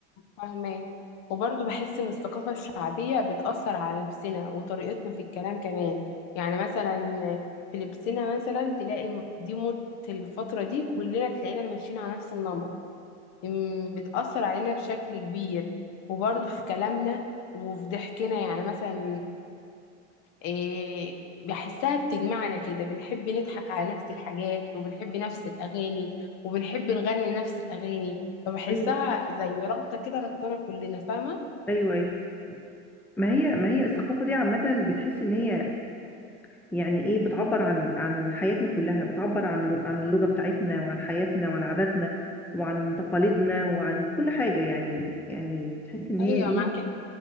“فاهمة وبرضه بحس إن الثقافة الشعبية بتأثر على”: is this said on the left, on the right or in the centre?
Left